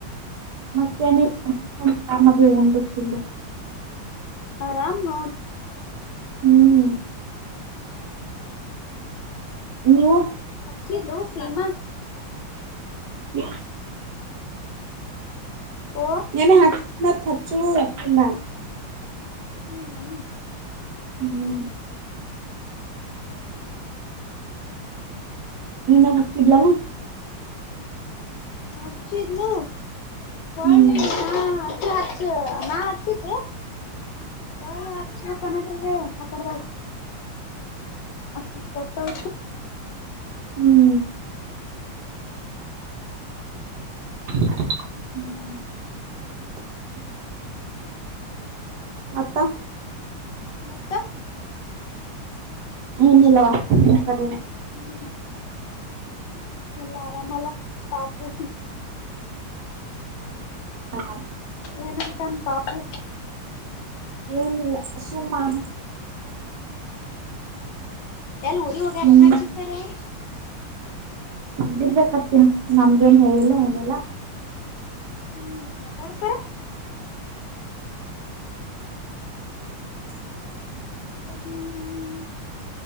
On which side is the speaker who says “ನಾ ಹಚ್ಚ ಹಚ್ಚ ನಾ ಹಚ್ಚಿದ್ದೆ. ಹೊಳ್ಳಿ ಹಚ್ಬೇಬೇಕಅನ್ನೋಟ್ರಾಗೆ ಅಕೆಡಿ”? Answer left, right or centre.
Left